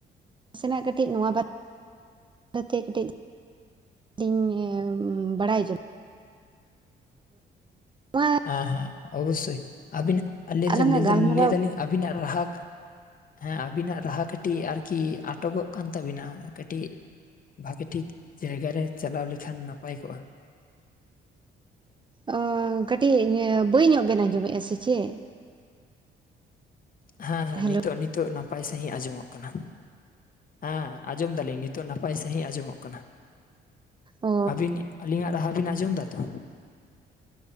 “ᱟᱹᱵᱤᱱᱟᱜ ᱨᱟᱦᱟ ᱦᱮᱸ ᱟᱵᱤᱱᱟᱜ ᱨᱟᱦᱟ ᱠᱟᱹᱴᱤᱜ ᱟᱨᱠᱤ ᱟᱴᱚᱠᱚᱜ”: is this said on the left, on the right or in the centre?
Left